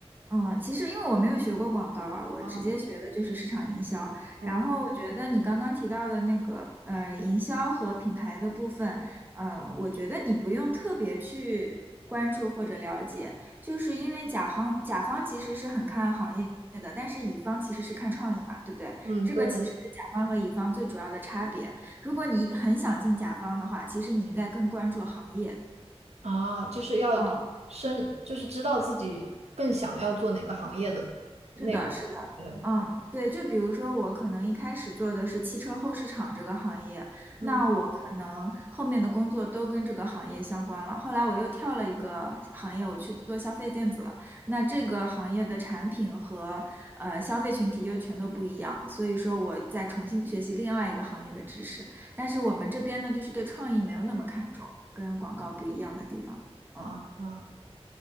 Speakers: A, on the right; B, on the right.
A: 嗯，其实因为我没有学过广告啊，我直接学的就是市场营销。
B: 啊啊
A: 然后我觉得你刚刚提到的那个呃营销和品牌的部分，嗯，我觉得你不用特别去关注或者了解，就是因为甲方甲方其实是很看行业的，但是乙方其实是看创意嘛，对不对？
B: 嗯，
A: 这个其实是甲方和乙方最主要的差别。
B: 对
A: 如果你很想进甲方的话，其实你应该更关注行业。
B: 啊，就是要深，
A: 嗯
B: 就是知道自己更想要做哪个行业的内容。
A: 是的，是的，
B: 对，
A: 嗯，对，就比如说我可能一开始做的是汽车后市场这个行业，那我可能后面的工作都跟这个行业相关了。
B: 嗯
A: 后来我又跳了一个行业，我去做消费电子了。那这个行业的产品和呃消费群体又全都不一样，所以说我再重新学习另外一个行业的知识。但是我们这边呢，就是对创意没有那么看重，跟广告不一样的地方。嗯
B: 啊啊，